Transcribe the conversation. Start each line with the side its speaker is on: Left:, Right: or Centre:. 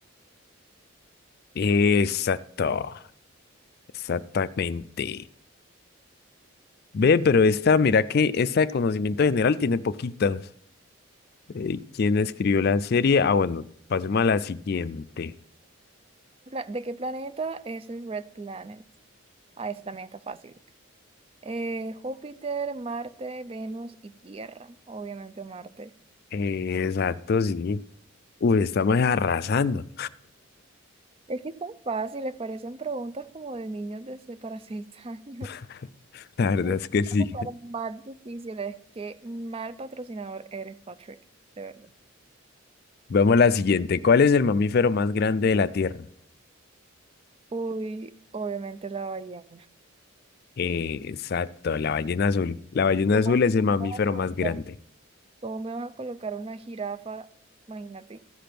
Left: Exacto, exactamente. Ve, pero esta, mira que esta de conocimiento general tiene poquitas. Eh, ¿quién escribió la serie? Ah, bueno, pasemos a la siguiente.
Right: ¿De qué planeta es el Red Planet? Ah, ese también está fácil. Eh, Júpiter, Marte, Venus y Tierra. Obviamente Marte.
Left: Eh, exacto, sí. Uy, estamos arrasando.
Right: Es que están fáciles, parecen preguntas como de niños de se- para seis <laughs>
Left: <laughs> La verdad
Right: años.
Left: es que sí.
Right: Para más difíciles. Qué mal patrocinador eres, Patrick. De verdad.
Left: Vamos a la siguiente. ¿Cuál es el mamífero más grande de la Tierra?
Right: Uy, obviamente la ballena.
Left: Eh, exacto, la ballena azul. La ballena
Right: ¿Cómo,
Left: azul
Right: cómo
Left: es el mamífero
Right: me vas a colocar
Left: más grande.
Right: cómo me vas a colocar una jirafa? Imagínate.